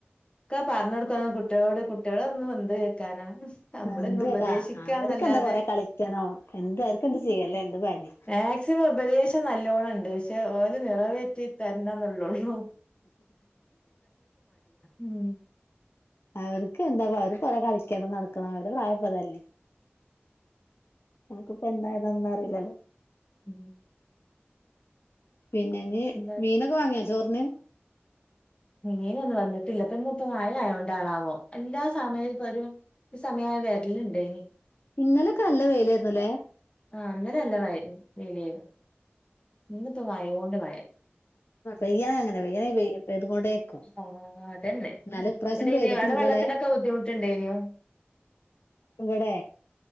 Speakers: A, on the left; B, on the left.
A: ഒക്കെ പറ്ഞ്ഞൊട്ക്കണം കുട്ട്യേളോട് കുട്ടികളൊന്ന് വന്ത് കേക്ക് ക്കാനാ നമ്മള്
B: എന്ത്
A: ഇങ്ങെ ഉപദേശിക്കാന്നല്ലാതെ
B: അവർക്കെന്താ കൊറെ കളിക്കണോ എന്ത് അവർക്കെന്ത് ചെയ്യല്ലേ എന്ത് പണി
A: മേക്സിമം ഉപദേശം നല്ലോണം ഇണ്ട് പക്ഷെ ഓല്നിറവേറ്റി തരണംന്നു ള്ളൊ ള്ളൂ ഉം
B: അവർക്ക് എന്താ വാറ് കൊറേ കളിക്കണം നടക്കണം അവരെ പ്രായപ്പതല്ലേ ഞങ്ങക്ക് ഇപ്പം എന്താ ഏതാന്നൊന്നു അറിലല്ലോ
A: ഉം
B: പിന്നേ ങ്ങ്
A: പിന്നെ
B: മീനൊക്കെ വാങ്ങ്യൊ ചോറ്ന്
A: മിനൊന്നും വന്നിട്ടില്ലപ്പം ഇന്ന്പ്പം മഴ ആയോണ്ടാണാവം എല്ലാ സമയും പരു ഈ സമയായ വേരലുണ്ടായിനി
B: ഇന്നലൊക്കെ നല്ല വെയിലായിരുന്നുല്ലേ
A: ആഹ് ഇന്നലല്ല <unintelligible> വെയിനു ഇന്നപ്പം മയോണ്ട് മഴയാ
B: പെയ്യണേ അങ്ങന പെയ്യണേ പെയ്യും പെത്കൂടെക്കും
A: ആഹ് അതന്നെ
B: എന്നാലും ഇപ്രാശ്യം
A: ഇവിടെ
B: പെയ്തി
A: ഇനി അവിടെ
B: <unintelligible>
A: വെള്ളത്തിനൊക്കെ ബുദ്ധിമുട്ടുണ്ടേനോ
B: നിങ്ങടെ